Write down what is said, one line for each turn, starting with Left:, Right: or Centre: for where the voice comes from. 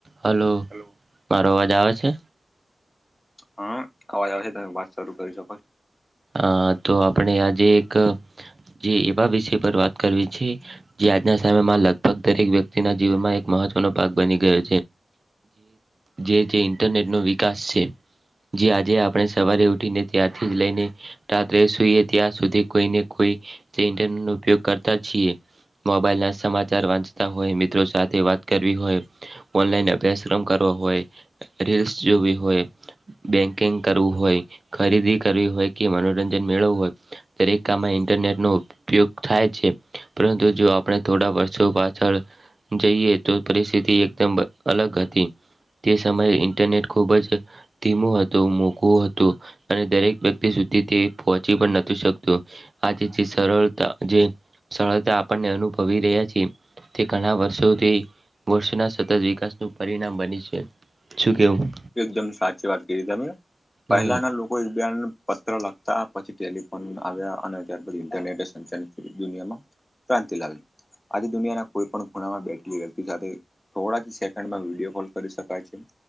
Right: Hello મારો અવાજ આવે છે
Left: હા અવાજ આવશે તમે વાત શરૂ કરી શકો છો
Right: અ તો આપણે આજે એક જે એવા વિષય પર વાત કરવી છે જે આજના સમયમાં લગભગ દરેક વ્યક્તિના જીવનમાં એક મહત્વનો ભાગ બની ગયો છે જે ઇન્ટરનેટ નો વિકાસ છે જે આજે આપણે સવારે છૂટીને ત્યાારથી જ લઈને રાત્રે સુઈએ ત્યાં સુધી કોઈને કોઈ ન ઉપયોગ કરતા જીએ મોબાઈલ ના સમાચાર વાંચતા હોય મિત્રો સાથે વાત કરવી હોય ઓનલાઈન અભ્યાસક્રમ કરવો હોય રીલ્સ જોવી હોય બેંકિંગ કરવું હોય ખરીદી કરવી હોય કે મનોરંજન મેળવું હોય દરેકાામમાં ઇન્ટરનેટનો ઉપ ઉપયોગ થાય છે પરંતુ જો આપણે થોડા વર્ષો પાછળ જઈએ તો પરિસ્થિતિ એકદમ અલગ હતી તે સમયે ઇન્ટરનેટ ખુબ જ ધીમું હતું મોઘવું હતું અને દરેક વ્યક્તિ સુધી તે પહોંચી પણ નથી શકતું આજે જે સરળતા જે સરળતા આપણને અનુભવી રહ્યા છેીએ તે ઘણા વર્ષોથી વર્ષના સતત વિકાસનું પરિણામ બની છે શું કેવું
Left: એકદમ સાચી વાત કરી તમે પહેલાના
Right: હમ
Left: લોકો કોઈ બેન પત્ર લખતા પછી ટેલિફોન આવ્યા. અને ત્યાર પછી ઇન્ટરનેટે સંચાલિત દુનિયામાં ક્રાંતિ લાવી આજે દુનિયાના કોઈ પણ ખૂણામાં બેઠેલી વ્યક્તિ સાથે થોડા જ સેકન્ડમાં વિડીયો કોલ કરી શકાય છે.